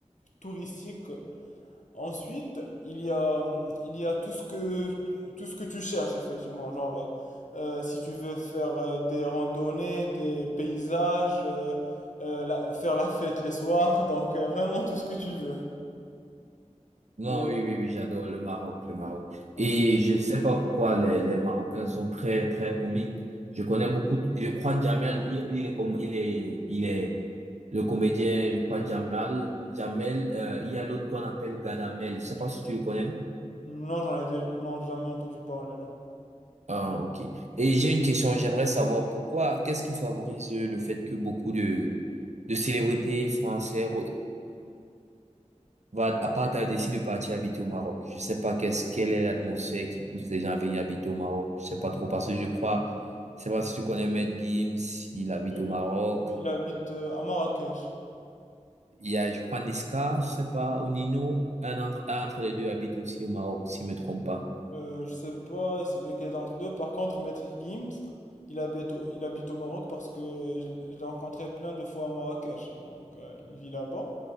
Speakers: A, on the left; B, on the right.
A: touristique. Ensuite, il y a, il y a tout ce que, tout ce que tu cherches effectivement, genre euh, euh, si tu veux faire euh, des randonnées, des paysages, euh, euh, la- faire la fête les soirs, <laughs> donc euh, vraiment tout ce que tu veux.
B: Non,
A: Mais
B: oui, oui, oui, j'adore le Maroc, le Maroc.
A: ouais.
B: Et je sais pas pourquoi les, les Marocains sont très, très comiques. Je connais beaucoup, je crois Jamel, il, il est comme, il est, il est le comédien, je crois Jamel, Jamel, euh, il y a l'autre qu'on appelle Gadamel. Je sais pas si tu le connais.
A: Non, j'en ai dé- non, jamais entendu parler, non.
B: Ah, ok. Et j'ai une question, j'aimerais savoir pourquoi, qu'est-ce qui favorise euh, le fait que beaucoup de, de célébrités françaises va à part t'as décidé de partir habiter au Maroc. Je sais pas qu'est-ce quelle est l'atmosphère qui pousse les gens à venir habiter au Maroc. Je sais pas trop parce que je crois, je sais pas si tu connais Maître Gims, il habite
A: Oui, oui.
B: au Maroc.
A: Il habite euh, à Marrakech.
B: Il y a, je crois, Niska, je sais pas, ou Nino, un entre, un entre les deux habite aussi au Maroc, si je me trompe pas.
A: Euh, je sais pas c'est lequel d'entre deux. Par contre, Maître Gims, il habite au, il habite au Maroc parce que je, l- je l'ai rencontré plein de fois à Marrakech. Donc, euh, il vit là-bas.